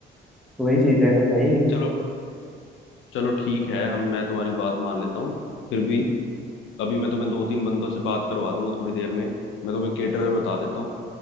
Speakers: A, in the centre; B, on the left.
A: तो वही चीज है ना भाई
B: चलो चलो ठीक है हम मैं तुम्हारी बात मान लेता हूँ फिर भी अभी मैं तुम्हें दो तीन बंदों से बात करवा दूंगा थोड़ी देर में मैं तुम्हें केटरर बता देता हूँ